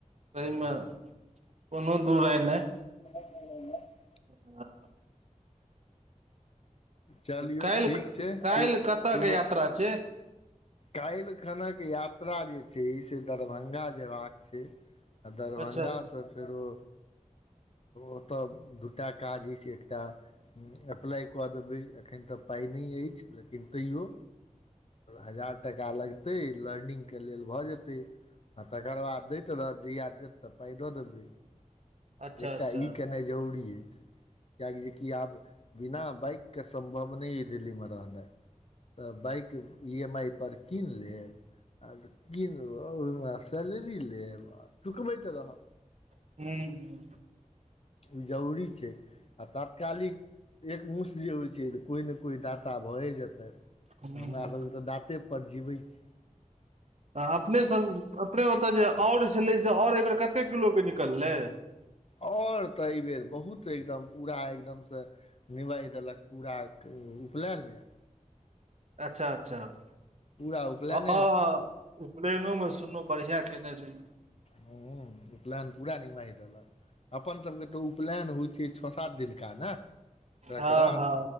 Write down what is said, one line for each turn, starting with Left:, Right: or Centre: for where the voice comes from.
Right: एहिहिमे कोनो दूर एय नहि।
Left: <unintelligible>
Right: <unintelligible>
Left: चलियौ
Right: काल्हि
Left: ठीक छै
Right: काल्हि
Left: सुब
Right: कतय
Left: सुब
Right: के यात्रा छै
Left: काल्हि खनक यात्रा जे छै से दरभंगा जेबाक छै आ दरभंगा
Right: अच्छा अच्छा
Left: से फेरो ओतऽ दूटा काज अछि एकटा अप्लाइ कऽ देबै अखन तऽ पाइ नहि अछि लेकिन तैयो हजार टाका लगतै लर्निंगके लेल भऽ जेतै आ तकर बाद दैत रहत जेहियाँ देत तऽ पाइ दऽ देबै।
Right: अच्छा
Left: एकटा
Right: अच्छा
Left: ई केनाइ जरूरी ऐछ <inaudible> किएकि कि आब बिना बाइक कऽ सम्भव नै यऽ दिल्ली में रहनै। तऽ बाइक ई एम आइ पर कीन लेब। <unintelligible> ओहिमे सैलरी लेब आ चुकबै तऽ रहब।
Right: <unintelligible>
Left: ई जरूरी छै आ तात्कालिक। एक मुस जे होइ छै तऽ को नै को दाता भऽए जेतै।
Right: हूँ
Left: हमरा
Right: हूँ
Left: सबकेँ तऽ दाँते पर जीवै छी।
Right: आ अपने सभ अपने ओतऽ जे और छलै से और एहिबर कतेक किलो केँ निकललै।
Left: औल तऽ एहिबेर बहुत एकदम पूरा एकदम से। निबैह देलक पूरा उपलैने।
Right: अच्छा अच्छा <inaudible>
Left: पूरा उपलैने
Right: हँ उपनैनो। दुनू बुड़िया केने रहिए
Left: हू उपलैन पूरा निमाह दलक अपन सब केँ तऽ उपलैन होइ छै छ सात दिनका न। प्रकरण
Right: हँ हँ